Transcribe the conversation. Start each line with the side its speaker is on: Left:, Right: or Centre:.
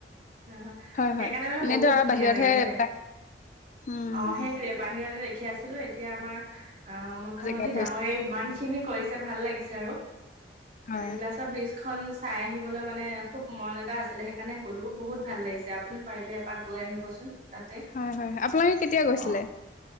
Right: অ',
Left: হয়
Right: সেইকাৰণে
Left: হয়
Right: মানে
Left: এনেতো
Right: বহুত
Left: আৰু
Right: ধুনীয়া
Left: বাহিৰতহে
Right: লাগিছে
Left: এইবিলাক উম
Right: অ', সেইটোৱে বাহিৰতে দেখি আছিলো এতিয়া আমাৰ অ ', মুখ্যমন্ত্ৰী
Left: জেগাত হৈছে
Right: ডাঙৰীয়াই ইমান খিনি কৰিছে ভাল লাগিছে আৰু
Left: হয়
Right: এগলাছৰ ব্ৰিজখন চাই আহিবলৈ মানে খুব মন এটা আছে। সেইকাৰণে গলো বহুত ভাল লাগিছে আপুনি পাৰিলে এপাক গৈ আহিবচোন তাতে
Left: হয় হয় আপোনালোকে কেতিয়া গৈছিলে
Right: অ',